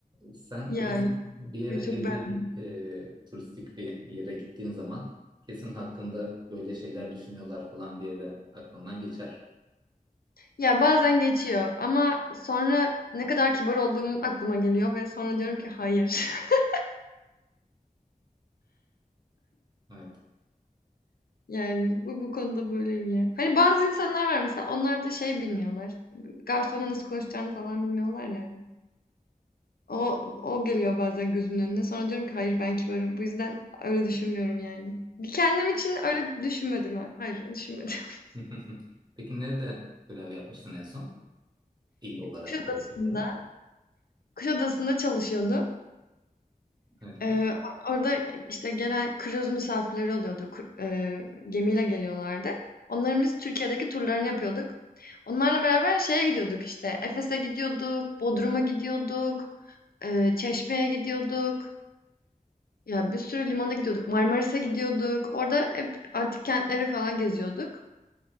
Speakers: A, on the right; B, on the left.
A: Sen
B: Yani
A: o zaman bir yere
B: ve çok
A: geziye
B: ben.
A: git, e, turistik bir yere gittiğin zaman kesin hakkında böyle şeyler düşünüyorlar falan diye de aklından geçer.
B: Ya bazen geçiyor ama sonra ne kadar kibar olduğum aklıma geliyor ve sonra diyorum ki hayır. <laughs>
A: Evet.
B: Yani bu, bu konuda böyleyim ya. Hani bazı insanlar var mesela onlar da şey bilmiyorlar. Garsonla nasıl konuşacağını falan bilmiyorlar yani. O o geliyor bazen gözümün önüne. Sonra diyorum ki hayır ben kibarım. Bu yüzden öyle düşünmüyorum yani. Kendim için öyle düşünmedim. ha- Hayır düşünmedim. <laughs>
A: <laughs> Peki nerede görev yapmıştın en son? dil olarak,
B: Kuşadası'nda,
A: bölge olarak.
B: Kuşadası'nda çalışıyordum.
A: Evet.
B: Ee, or- orada işte genel kruz misafirleri oluyordu. Kur- e, gemiyle geliyorlardı. Onların biz Türkiye'deki turlarını yapıyorduk. Onlarla beraber şeye gidiyorduk işte. Efes'e gidiyorduk, Bodrum'a gidiyorduk, e, Çeşme'ye gidiyorduk. Ya, bir sürü limana gidiyorduk. Marmaris'e gidiyorduk. Orada hep antik kentleri falan geziyorduk.